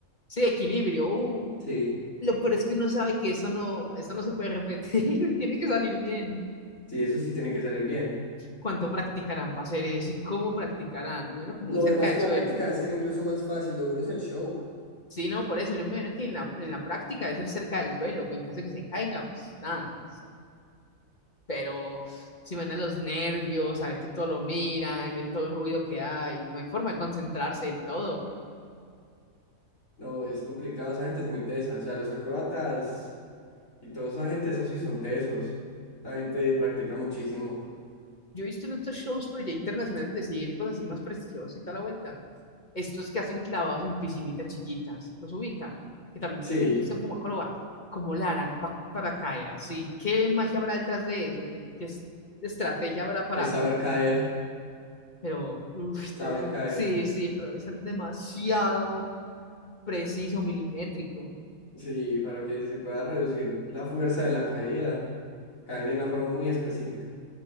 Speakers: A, on the left; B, on the left.
A: sí, equilibrio. Uh,
B: Sí,
A: lo peor es que uno sabe que eso no, eso no se puede repetir, <laughs> tiene que salir bien.
B: sí, eso sí tiene que salir bien.
A: ¿Cuánto practicarán para hacer eso y cómo practicarán? Bueno, que muy
B: No,
A: cerca
B: además
A: del
B: que la
A: suelo.
B: práctica debe ser incluso más fácil, lo duro es el show.
A: Sí, no, por eso yo me imagino que en la, en la práctica debe ser cerca del suelo, pues en caso de que se caiga, pues nada. Pero si van a los nervios, a ver que todo lo miran, el, todo el ruido que hay, no hay forma de concentrarse del todo.
B: No, es complicado, esa gente es muy tesa. O sea, los acróbatas y toda esa gente, esos sí son tesos. La gente practica muchísimo.
A: Yo he visto en otros shows, pero ya internacionales, decir cosas así más prestigiosas y toda la vuelta. Estos que hacen clavados en piscinitas chiquitas, los ubica, que también
B: Sí,
A: cu- son como acroba, como la harán pa- para caer así. ¿Qué magia habrá detrás de eso? ¿Qué, qué es- estrategia habrá
B: es saber caer,
A: Pero, <laughs> uff,
B: saben caer.
A: sí, sí, pero debe ser demasiado preciso, milimétrico.
B: Sí, para que se pueda reducir la fuerza de la caída. Caen de una forma muy específica.